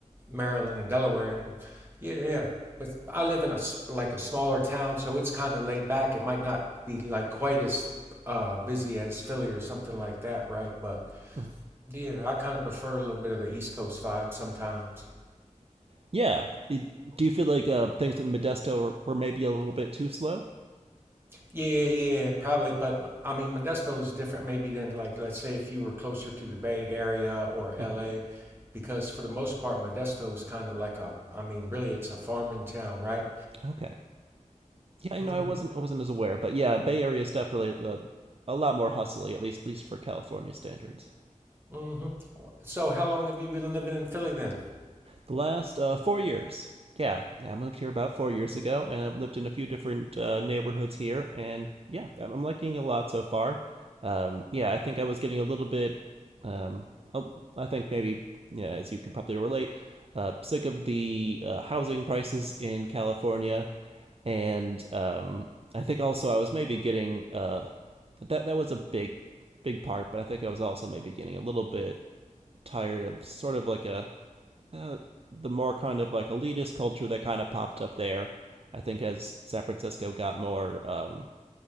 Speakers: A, on the right; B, on the right.
A: Maryland and Delaware. And yeah, yeah. But I live in a s- like a smaller town, so it's kind of laid back. It might not be like quite as uh busy as Philly or something like that, right? But
B: Mhm.
A: yeah, I kind of prefer a little bit of the East Coast vibe sometimes.
B: Yeah, It- do you feel like uh, things in Modesto were, were maybe a little bit too slow?
A: Yeah, yeah, yeah, probably. But I mean, Modesto's different maybe than like, let's say if you were closer to the Bay Area or LA,
B: hmm
A: because for the most part, Modesto is kind of like a, I mean, really, it's a farming town, right?
B: Okay. Yeah, I
A: Mm-hmm.
B: know I wasn't I wasn't as aware, but yeah, Bay Area is definitely uh, a lot more hustly, at least at least for California standards.
A: Mm-hmm. So how long have you been living in Philly then?
B: The last uh, four years. Yeah, yeah, I moved here about four years ago, and I've lived in a few different uh, neighborhoods here, and yeah, I'm liking it a lot so far. Um, yeah, I think I was getting a little bit, um, oh, I think maybe, yeah, as you could probably relate, uh, sick of the uh, housing prices in California, and um, I think also I was maybe getting uh, that that was a big, big part, but I think I was also maybe getting a little bit tired of sort of like a uh, the more kind of like elitist culture that kind of popped up there. I think as San Francisco got more, um,